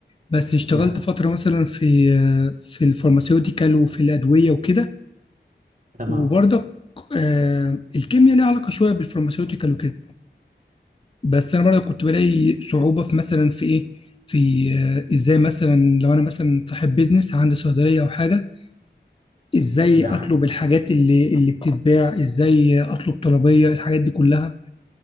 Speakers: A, on the left; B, on the right.
A: بس اشتغلت
B: نعم
A: فتره مثلا في آه، في الفارماسيوتيكال وفي الادويه وكده
B: تمام
A: وبرضك آه، الكيمياء ليها علاقه شويه بالفارماسيوتيكال وكده بس انا برضه كنت بلاقي صعوبه في مثلا في ايه في آه، ازاي مثلا لو انا مثلا صاحب بيزنس عندي صيدليه او حاجه ازاي
B: نعم
A: اطلب الحاجات اللي اللي بتتباع ازاي اطلب طلبيه الحاجات دي كلها